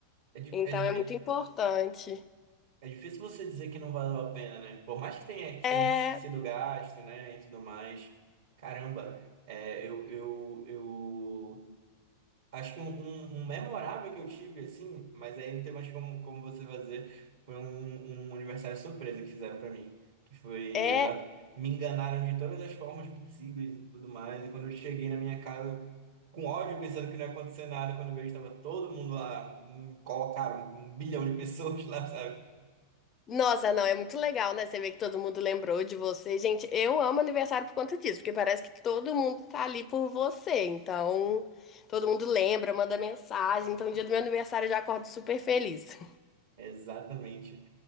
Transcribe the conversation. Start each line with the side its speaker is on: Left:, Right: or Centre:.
Right: É, di-
Left: Então
Right: é, difí-
Left: é muito importante.
Right: é difícil você dizer que não valeu a pena, né? Por mais que tenha, que
Left: É,
Right: tenha sido gasto, né, e tudo mais. Caramba, é, eu, eu, eu Acho que um, um- um memorável que eu tive, assim, mas aí não tem mais como, como você fazer, foi um, um aniversário surpresa que fizeram pra mim. Que foi
Left: é.
Right: exato. Me enganaram de todas as formas possíveis e tudo mais. E quando eu cheguei na minha casa, eu- com ódio, pensando que não ia acontecer nada, quando eu vejo estava todo mundo lá, hum, colocaram um bilhão de pessoas lá, sabe?
Left: Nossa, não, é muito legal, né? Você vê que todo mundo lembrou de você. Gente, eu amo aniversário por conta disso, porque parece que todo mundo tá ali por você. Então, todo mundo lembra, manda mensagem. Então, no dia do meu aniversário eu já acordo super feliz.
Right: Exatamente.